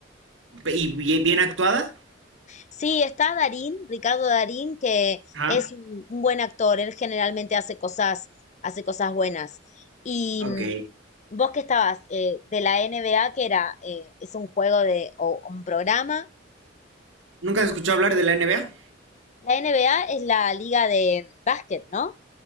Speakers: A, on the right (about 85°); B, on the left (about 40°).
A: ¿Y bien, bien actuada?
B: Sí, está Darín, Ricardo Darín, que
A: Ajá.
B: es un, un buen actor, él generalmente hace cosas, hace cosas buenas. Y
A: Ok.
B: mm, vos que estabas Eh, de la NBA, que era, eh, es un juego de, o un programa.
A: ¿Nunca has escuchado hablar de la NBA?
B: La NBA es la liga de básquet, ¿no?